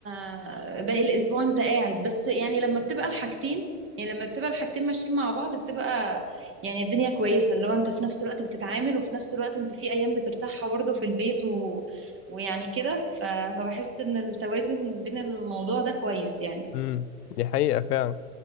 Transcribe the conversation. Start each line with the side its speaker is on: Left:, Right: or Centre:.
Right: آه، باقي الاسبوع انت قاعد بس يعني لما بتبقى الحاجتين يعني لما بتبقى الحاجتين ماشيين مع بعض بتبقى يعني الدنيا كويسة اللي هو انت في نفس الوقت بتتعامل وفي نفس الوقت انت في ايام بترتاحها برضه في البيت و... ويعني كده ف... فبحس ان التوازن بين الموضوع ده كويس يعني
Left: امم دي حقيقة فعلا